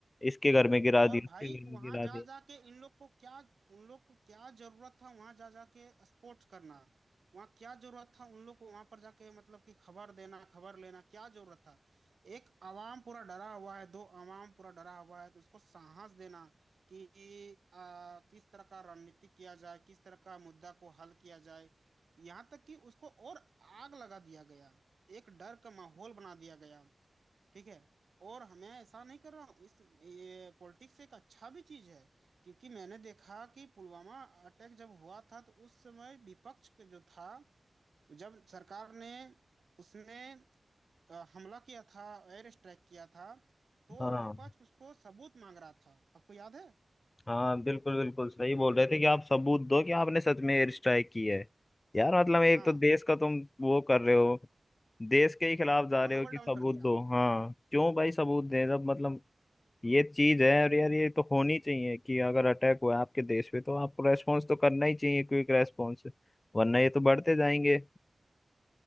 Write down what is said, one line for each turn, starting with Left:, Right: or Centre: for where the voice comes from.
Left: इसके घर में गिरा
Right: और
Left: दी उसके
Right: भाई
Left: घर
Right: वहां
Left: में गिरा
Right: जा
Left: दी
Right: जाके इन लोग को क्या उन लोग को क्या जरूरत था वहां जा जाके स्पोर्ट्स करना वहां क्या जरूरत था उन लोग को वहां पर जाके मतलब कि खबर देना खबर लेना क्या जरूरत था एक आवाम पूरा डरा हुआ है दो आवाम पूरा डरा हुआ है तो उसको साहस देना कि आ, किस तरह का रणनीति किया जाए किस तरह का मुद्दा को हल किया जाए यहाँ तक कि उसको और आग लगा दिया गया एक डर का माहौल बना दिया गया ठीक है और हमें ऐसा नहीं कर रहा हूँ इस ये पॉलिटिक्स एक अच्छा भी चीज है क्योंकि मैंने देखा कि पुलवामा अटैक जब हुआ था तो उस समय विपक्ष का जो था जब सरकार ने उसने अ, हमला किया था एयर स्ट्राइक किया था तो
Left: हाँ
Right: विपक्ष उसको सबूत मांग रहा था आपको याद है
Left: हाँ बिल्कुल बिल्कुल सही बोल रहे थे कि आप सबूत दो कि आपने सच में एयर स्ट्राइक की है यार मतलब एक
Right: हाँ
Left: तो देश का तुम वो कर रहे हो देश के ही खिलाफ जा रहे
Right: मनोबल
Left: हो कि सबूत
Right: डाउन कर दिया
Left: दो हाँ क्यों भाई सबूत दें जब मतलब ये चीज है और यार ये तो होनी चाहिए कि अगर अटैक हुआ है आपके देश पे तो आपको रेस्पॉन्स तो करना ही चाहिए क्विक रेस्पॉन्स वरना ये तो बढ़ते जाएंगे